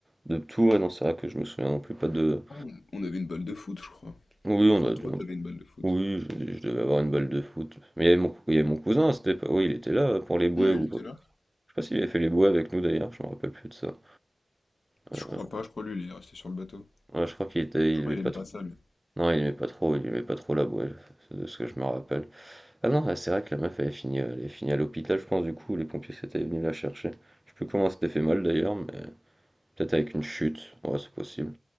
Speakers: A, on the right (about 20°); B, on the left (about 60°).
A: de tout, ouais, non, c'est vrai que je me souviens non plus pas de
B: Ah, On on avait une balle de foot, je crois.
A: oui, on
B: Enfin,
A: a
B: toi,
A: dû
B: t'avais une balle de foot.
A: oui, je je devais avoir une balle de foot. Mais il y avait mon il y avait mon cousin c'était cette oui, il était là euh, pour les bouées
B: Oui,
A: ou
B: il était
A: je sais
B: là.
A: pas s'il avait fait les bouées avec nous d'ailleurs, je me rappelle plus de ça. Heu,
B: Je crois pas, je crois lui, il est resté sur le bateau.
A: ouais, je crois qu'il était
B: Je
A: il
B: crois
A: aimait
B: il
A: pas
B: aime
A: trop
B: pas ça, lui.
A: non, il aimait pas trop il aimait pas trop la bouée, c'est de ce que je me rappelle. Ah non, ah, c'est vrai que la meuf, elle est finie, elle est finie à l'hôpital, je pense, du coup, les pompiers s'étaient venus la chercher. Je sais plus comment elle s'était fait mal d'ailleurs, mais Peut-être avec une chute, ouais, c'est possible.